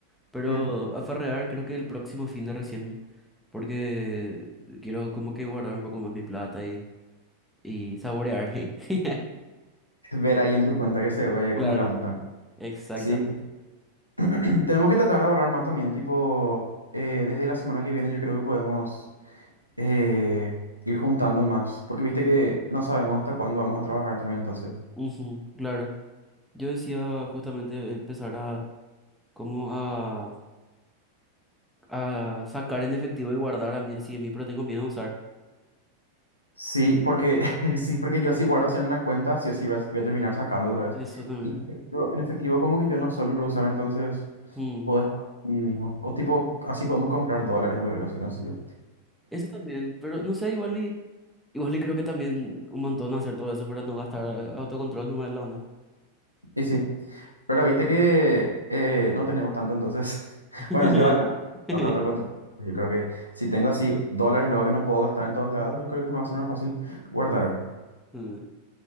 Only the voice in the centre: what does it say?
Pero
a farrear creo que el próximo fin de recién porque quiero como que guardar un poco más mi plata y, y saborear. <laughs> ¿eh?
Claro, exactamente.
Ujú, claro. Yo decía justamente empezar a como a, a sacar en efectivo y guardar a mí así de mí, pero tengo miedo a usar.
Eso también.
Mm,
Ese también, pero no sé, igual y, igual y creo que también un montón hacer todo eso para no gastar eh, autocontrol nomás de la onda.
<laughs>
Mm.